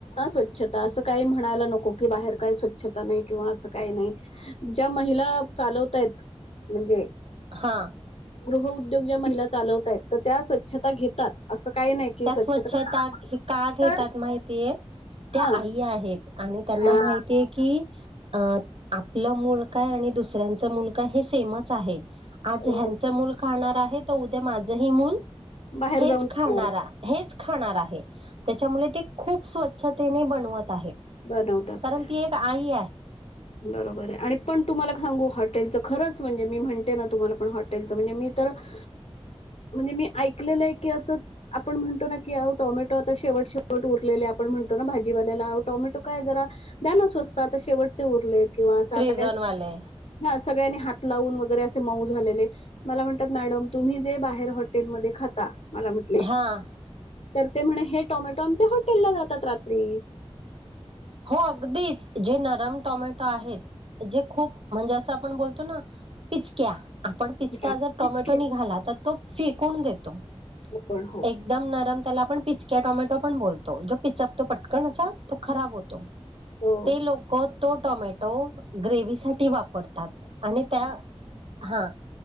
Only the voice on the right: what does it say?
हा
त्या स्वच्छता
हे का घेतात
माहितीय त्या
आई आहेत आणि त्यांना
माहितीय की अ आपलं मूल काय आणि दुसऱ्यांचं मूल काय हे सेमच आहे आज
ह्यांच मूल खाणारं आहे, तर उद्या माझही मूल
हेच
खाणारा
हेच खाणार आहे. त्याच्यामुळे, ते खूप स्वचछतेने बनवत आहे.
कारण ती एक आई
फ्रेझनवाले
हा
हो अगदीच, जे नरम टोमॅटो आहेत. जे खूप म्हणजे, असं आपण बोलतो ना - पिचक्या. पण पिचका
जर टोमॅटो
निघाला, तर तो फेकून देतो.
एकदम नरम, त्याला आपण पिचक्या-टोमॅटो पण बोलतो. पिचकतो पटकन असा, तो खराब होतो.
ते लोकं तो टोमॅटो ग्रेव्ही साठी वापतात, आणि त्या ह